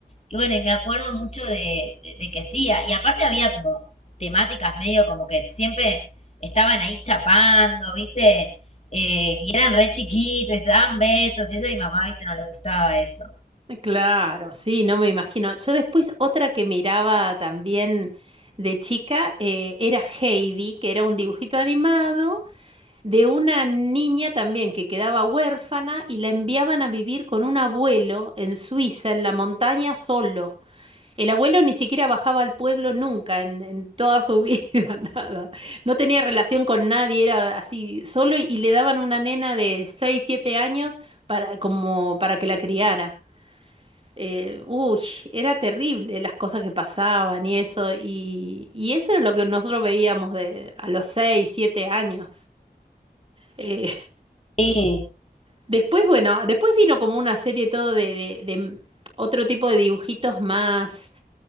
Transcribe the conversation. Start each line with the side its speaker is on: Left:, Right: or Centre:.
Left: y bueno, y me acuerdo mucho de, de- de que sí, a- y aparte había como temáticas medio como que siempre estaban ahí chapando, ¿viste? Eh, y eran re chiquitos y se daban besos, y eso a mi mamá, ¿viste? No le gustaba eso.
Right: claro, sí, no me imagino. Yo después otra que miraba también de chica eh, era Heidi, que era un dibujito animado de una niña también que quedaba huérfana y la enviaban a vivir con un abuelo en Suiza, en la montaña, solo. El abuelo ni siquiera bajaba al pueblo nunca en, en toda su <laughs> vida, nada. No tenía relación con nadie, era así, solo y y le daban una nena de 6 7 años para, como para que la criara. Eh, uy, era terrible las cosas que pasaban y eso, y, y eso era lo que nosotros veíamos de, a los 6 7 años. Eh,
Left: Sí.
Right: Después, bueno, después vino como una serie todo de, de- de otro tipo de dibujitos más,